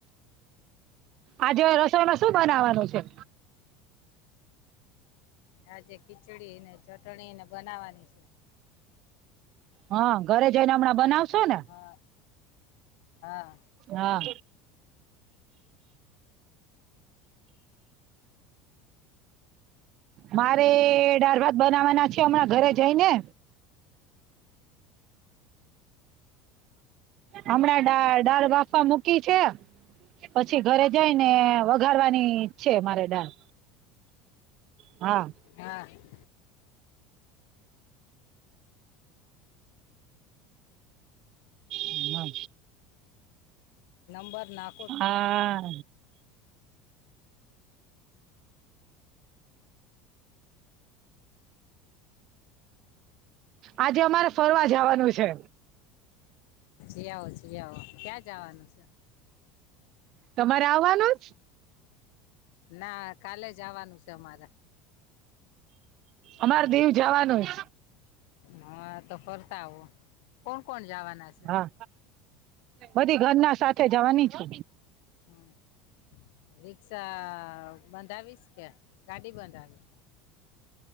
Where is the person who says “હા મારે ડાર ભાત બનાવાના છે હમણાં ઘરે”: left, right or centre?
Right